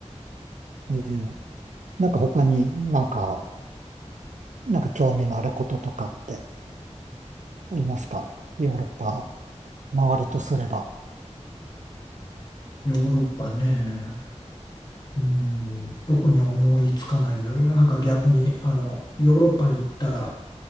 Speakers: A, on the right; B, on the left.
A: えーなんか他になんか、なんか興味のあることとかってありますかヨーロッパを回るとすれば。
B: ヨーロッパね。うん、特に思いつかないな。なんか逆に、あの、ヨーロッパに行ったら、